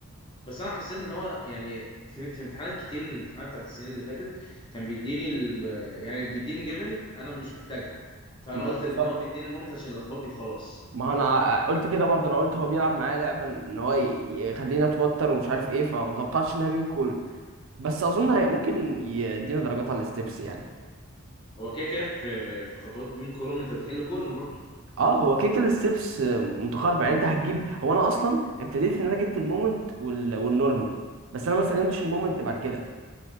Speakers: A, on the left; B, on the right.
A: بس انا حسيت ان هو يعني في, في امتحانات كتير من الامتحانات بتاعت السنين اللي فاتت كان بيديني ال... يعني بيديني جيفن انا مش محتاجها فانا
B: ما
A: قلت
B: هو بالظبط
A: ان هو بيديني المومنت عشان يلخبطني وخلاص
B: ما هو انا قلت كده برضه انا قلت هو بيلعب معايا لعبه ان هو ي- يخليني اتوتر ومش عارف ايه فمتوقعتش انها بيم كولوم بس اظن هي ممكن يدينا درجات على الستبس يعني
A: هو كده كده في في خطوات البيم كولوم انت بتحل كولوم برضه
B: اه هو كده كده الستبس متقاربه يعني انت هتجيب هو انا اصلا ابتديت ان انا جبت المومنت وال... والنورمال بس انا ما استخدمتش المومنت بعد كده